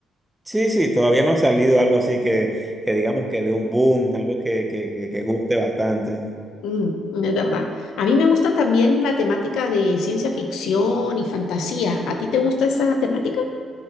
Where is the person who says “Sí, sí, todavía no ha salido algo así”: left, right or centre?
Centre